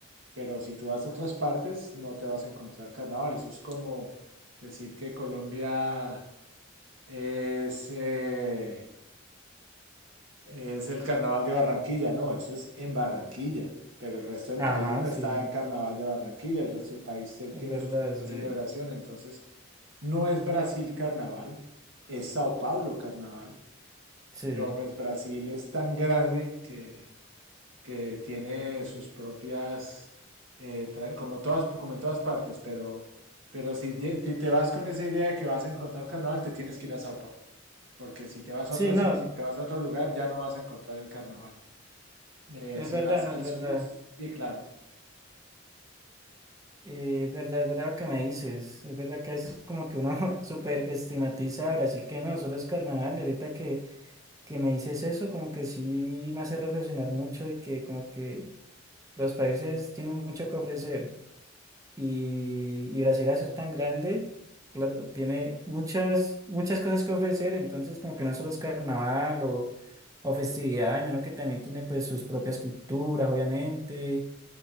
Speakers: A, on the right (about 70°); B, on the right (about 15°).
A: Pero si tú vas a otras partes, no te vas a encontrar carnaval. Eso es como decir que Colombia es... eh, es el carnaval de Barranquilla, no, eso es en Barranquilla, pero el resto del
B: Ajá,
A: país no
B: sí,
A: está en carnaval de Barranquilla, el resto del país él
B: es
A: tiene
B: verdad,
A: sus propias
B: sí,
A: celebraciones, entonces no es Brasil carnaval, es Sao Paulo carnaval,
B: sí.
A: pero pues Brasil es tan grande que que tiene sus propias, eh, tra- como, todas, como en todas partes, pero, pero si, lle- si te vas con esa idea de que vas a encontrar carnaval, te tienes que ir a Sao Paulo, porque si te vas a
B: Sí,
A: otra
B: no,
A: ciudad, si te vas a otro lugar, ya no vas a encontrar el carnaval. Eh,
B: es
A: si
B: verdad,
A: vas
B: no
A: al
B: es verdad.
A: sur, sí, claro.
B: Eh, es verdad, es verdad lo que me dices. Es verdad que a veces como que uno <laughs> súper estigmatiza a Brasil que no, solo es carnaval y ahorita que que me dices eso, como que sí me hace reflexionar mucho y que como que los países tienen mucho que ofrecer y, y Brasil al ser tan grande, claro, tiene muchas, muchas cosas que ofrecer, entonces como que no solo es carnaval o, o festividad, menos que también tiene pues sus propias culturas, obviamente,